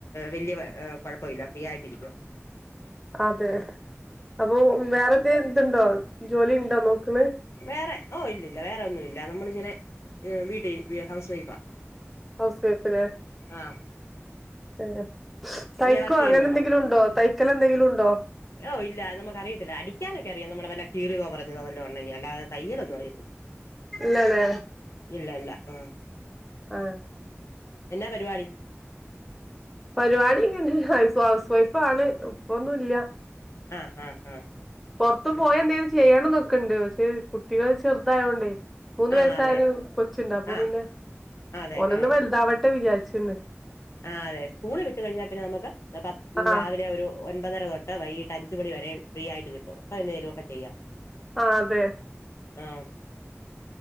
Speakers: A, on the left; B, in the centre.
A: വലിയ കൊയഴപ്പമില്ല ഫ്രീ ആയിട്ടിരിക്ക
B: അതെ അപ്പൊ വേറെന്തേ ഇതുണ്ടോ ജോലി ഉണ്ടോ നോക്ക്ണ്
A: വേറെ ഓ ഇല്ലല്ല വേറെ ഒന്നും ഇല്ല നമ്മളിങ്ങനെ വീട്ടിൽ ഹൗസ് വൈഫാ
B: ഹൗസ് വൈഫല്ലേ
A: ആഹ്
B: ഏഹ് തയ്ക്കോ
A: പിന്നെ വർക്ക് ചെയ്യുന്നുണ്ടോ
B: അങ്ങനെ എന്തെങ്കിലുണ്ടോ തൈക്കല എന്തെങ്കിലും ഉണ്ടോ
A: ഓ ഇല്ല നമുക്ക് അറിയത്തില്ല അടിക്കാനൊക്കെ അറിയാം നമ്മളെ വല്ല കീറിയതോ പറഞ്ഞതോ വല്ലോ ഉണ്ടെങ്കി അല്ലാതെ തയ്യലൊന്നും അറിയത്തില്ല
B: ഇല്ലലെ
A: ഇല്ല ഇല്ല ആഹ്
B: ആ
A: എന്നാ പരിവാടി
B: പരിവാടി ഇങ്ങനെ ഹൗസ്ഫാ ഹൗസ് വൈഫാണ് ഇപ്പൊന്നുല്ല
A: ആഹ് ആഹ് ആഹ്
B: പൊറത്ത് പോയി എന്തേലും ചെയ്യണന്നൊക്കണ്ട് പക്ഷേ കു ട്ടികൾ ചെറുതായോണ്ടേ മൂന്ന്
A: ആഹ്
B: വയസ്സായൊരു
A: അതെ
B: കൊച്ച്ണ്ട് അപ്പൊ
A: ആഹ്
B: പിന്നെ
A: അതെ
B: ഓനൊന്നു
A: ആഹ്
B: വല്താവ ട്ടെ വിച്ചാരിച്ച്ണ്
A: ആഹ് അതെ സ്കൂള് വിട്ട് കഴിഞ്ഞാ പിന്നെ നമ്മക്ക് പത്
B: ആഹ്
A: രാവിലെ ഒരു ഒൻപതര തൊട്ട് വൈകിട്ട് അഞ്ച് മണി വരേം ഫ്രീയായിട്ട് കിട്ടും അപ്പ എന്നേലൊക്ക ചെയ്യാ
B: ആ അതെ
A: ആഹ്